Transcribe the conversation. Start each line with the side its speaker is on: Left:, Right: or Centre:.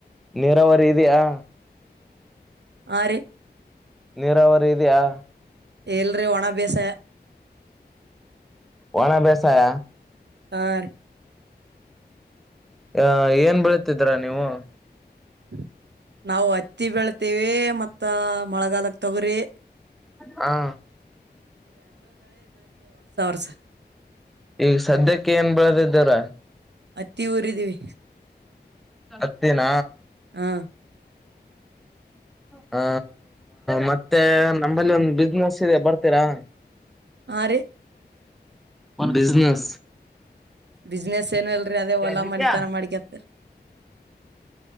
Centre: ನೀರಾವರಿ ಇದ್ಯಾಾ
Right: ಆರಿ
Centre: ನೀರಾವರಿ ಇದೆಯಾ
Right: ಎಲ್ರಿ ಒಣ ಬೇಸ
Centre: ಒಣ ಬಸಾಯ
Right: ಹಾರಿ
Centre: ಆ ಏನ್ ಬೆಳತಿದ್ರ ನೀವು
Right: ಹ <unintelligible> ನಾವು ಹತ್ತಿ ಬೆಳ್ತೇವಿ ಮತ್ತ ಮಳೆಗಾಲಕ್ ತಗ್ರಿ
Centre: ಹಾ
Right: ಸ <unintelligible>
Centre: ಈಗ ಸದ್ಯಕ್ಕೆ ಏನ್ ಬೆಳದ ಇದಾರ
Right: ಹತ್ತಿ ಊರಿದೀವಿ
Centre: ಹತ್ತಿನ
Right: ಹಾ
Centre: ಹ ಮತ್ತೆ ನಂಬಲ್ಲಿ ಒಂದು ಬಿಸ್ನೆಸ್ ಇದೆ ಬರ್ತೀರಾ
Right: ಹಾ ರೀ
Centre: ಬಿಸನೆಸ್
Right: ಬಿಸ್ನೆಸ್ ಏನಲ್ರರಿ ಅದೇ ಹೊಲಾ
Centre: ನಿತ್ಯ
Right: ಮನಿತನ ಮಾಡ್ಕತ್ತರಿ